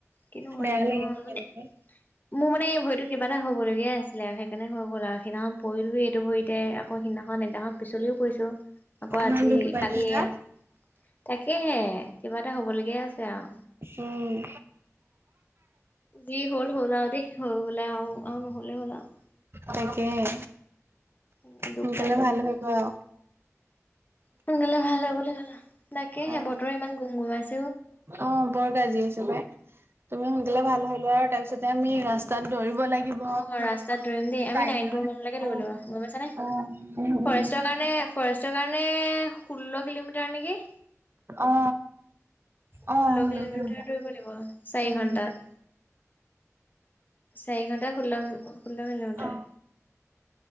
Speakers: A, on the left; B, on the right.
A: কিনো হৈ
B: বেয়া
A: থাকে
B: লাগে
A: নহয়, মানে-
B: তেনেকে
A: মোৰ মানে এই ভৰিটো কিবা এটা হব লগীয়াই আছিলে আৰু। সেইকাৰণে হ 'ল আৰু। সিদিনাখন পৰিলোৱেই এইটো ভৰিতে। আকৌ সিদিনাখন- এদিনাখন পিছলিও পৰিছোঁ। আকৌ
B: ইমান
A: আজি
B: দুখ পাই
A: কালি
B: থাকা।
A: এয়া তাকেহে কিবা এটা হবলগীয়া আছে আৰু।
B: উম
A: যি হ'ল হ'ল আৰু দেই। হৈ গ'লে আৰু। আৰু নহ'লে হ'ল আৰু।
B: তাকেহে।
A: এনেকে দুখ
B: সোনকালে
A: পাই হ'লে
B: ভাল
A: কি
B: হ'ব আও।
A: সোনকালে ভাল হৈ গলে হ'ল আও। তাকেহে,
B: অ
A: বতৰ ইমান গুম গুমাইছ
B: অ' বৰ গাজি আছে পাই। তুমি সোনকালে ভাল হৈ লোৱা আৰু তাৰ পিছতে আমি ৰাস্তাত দৌৰিব লাগিব
A: অ' ৰাস্তাত দৌৰিম দেই? আমি
B: টাইম
A: নাইন
B: লৈ
A: পুৰ মানলৈকে দৌৰিব
B: অ
A: লাগিব, গম পাইছা নে?
B: অ উম উম
A: ফৰেষ্টৰ কাৰণে ণে ফৰেষ্টৰ কাৰণে ষোল্ল কিলোমিটাৰ নেকি?
B: অ
A: ষোল্ল
B: অ হুলস্থুল
A: কিলোমিটাৰ দৌৰিব লাগিব, চাৰি
B: উম
A: ঘন্টাত। চাৰি ঘন্টা ষোল্ল- ষোল্ল কিলোমিটাৰ।
B: অ